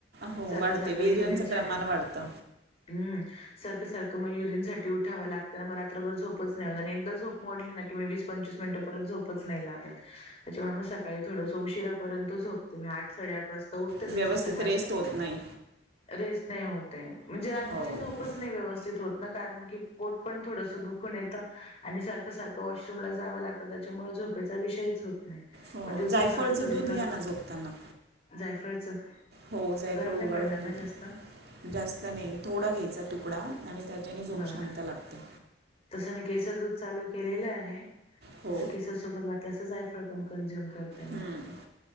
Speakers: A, on the right (about 55°); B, on the left (about 35°).
A: हो
B: सारखं,
A: वाढते
B: सारखं
A: वेरियनचं
B: युरिन साठी
A: प्रमाण वाढतं
B: हम्म, सारखं, सारखं मग युरिनसाठी उठावं लागत ना, मग रात्रभर झोपच नाही होत आणि एकदा झोप मोडली ना की, वीस, पंचवीस मिनिटं परत झोपच नाही लागत. त्याच्यामुळे मग सकाळी थोडसं उशिरापर्यंत झोपते, मी आठ, साडे आठ वाजता तर उठते
A: व्यवस्थित
B: तशी सकाळी.
A: रेस्ट होत नाही
B: रेस्ट नाही होतय, म्हणजे रात्रीची
A: हो
B: झोपच
A: हो
B: नाही व्यवस्थित होत कारण की, पोट पण थोडस दुखून येतं आणि सारखं, सारखं वॉशरूमला जावं लाग त. त्याच्यामुळे झोपेचा विषयच होत नाही,
A: हो
B: मग दिवसाभरात
A: जायफळचं
B: थोडीफार
A: दूध घ्या ना झोपताना
B: जायफळचं.
A: हो जायफळ
B: गरम नाही
A: उगाळुन
B: पडणार
A: दयायचं.
B: ना जास्त
A: जास्त नाही थोडा घ्यायचा तुकडा आणि त्याच्याने झोप
B: बरं.
A: शांत लागते.
B: तसं मी केसर दूध चालू केलेलं आहे
A: हो
B: मग केसर सोबत वाटल्या असं जायफळ पण कंझ्यूम करत.
A: हम्म